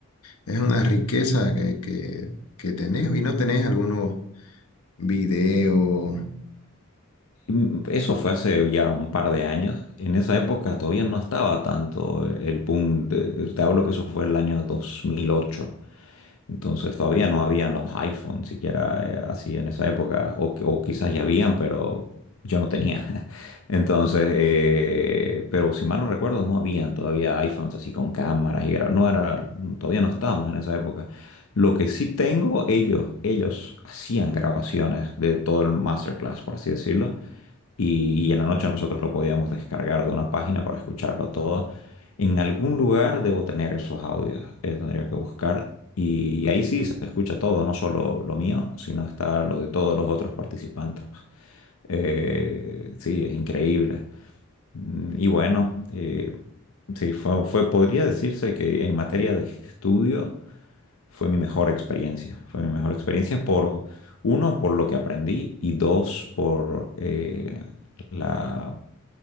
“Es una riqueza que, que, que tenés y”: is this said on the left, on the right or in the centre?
Left